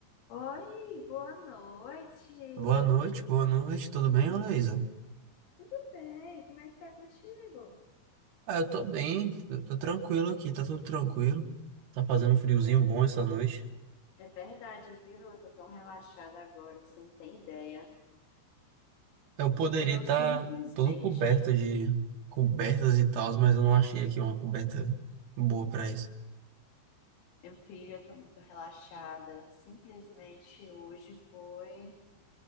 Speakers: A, on the left; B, on the right.
A: Oi, boa noite.
B: Boa noite, boa noite, tudo bem, ô Luísa?
A: Tudo bem, como é que tá contigo?
B: Ah, eu tô bem, eu tô tranquilo aqui, tá tudo tranquilo. Tá fazendo um friozinho
A: Ai,
B: bom essa noite.
A: é verdade, viu? Eu tô tão relaxada agora que você não tem ideia.
B: Eu poderia
A: Eu
B: estar
A: simplesmente,
B: todo coberto de cobertas e tals, mas eu não achei aqui uma coberta boa pra isso.
A: meu filho, eu tô muito relaxada. Simplesmente hoje foi